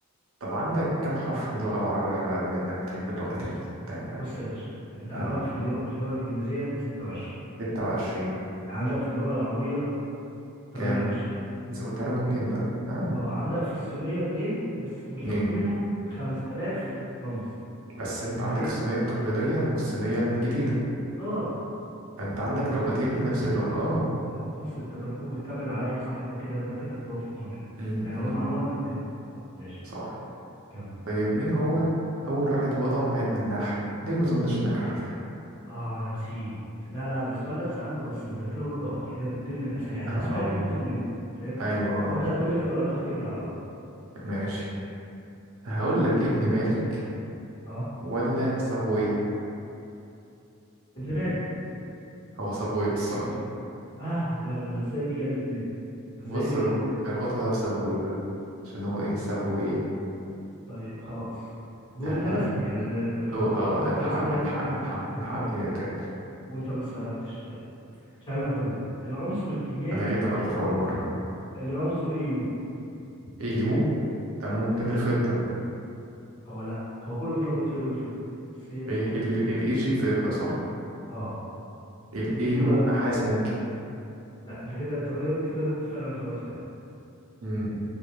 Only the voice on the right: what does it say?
طب عندك كم حرف في اللغة العربية بقى بإنك بتحب اللغات
التانية
اه
ستة وعشرين
كام زودت عليهم اتنين بقى ها
اتنين
بس
انت
عندك الصينية التقليدية والصينية الجديدة
فانت
عندك
لغتين في نفس اللغة اه
م-
م-
م.
صح
طيب مين هو أول واحد وضع علم النحو ليه ما أظنش إنك عارفه
آه
أيوه
ماشي هقول لك ابن مالك
ولا سابوي
هو سابوي الصراحة
بص
اربط-
اربطها بقى بسابوي بقى عشان هو ايه سابوي
اها
هو اه
الحق
الحق
الحق الحق
يا تقال
انا ليه غلط
في
اول مرة
يو ده ممكن
الفضة
إيه
ال جي فضة صح
ال
يو نحاس ممكن
امم